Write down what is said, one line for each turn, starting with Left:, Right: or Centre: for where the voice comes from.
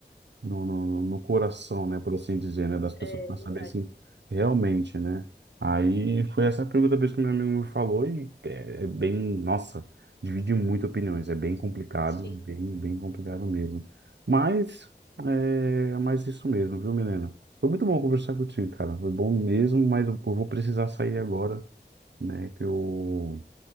Right: no, no, no coração, né, por assim dizer, né, das pessoas
Left: É
Right: para
Left: verdade.
Right: saber se realmente, né. Aí foi essa a pergunta mesmo que meu amigo me falou e é, é bem, nossa, divide muito opiniões. É bem complicado,
Left: Sim,
Right: bem, bem complicado mesmo. Mas é mais isso mesmo, viu, Milena? Foi muito bom conversar contigo, cara. Foi bom mesmo, mas eu eu vou precisar sair agora, né, que eu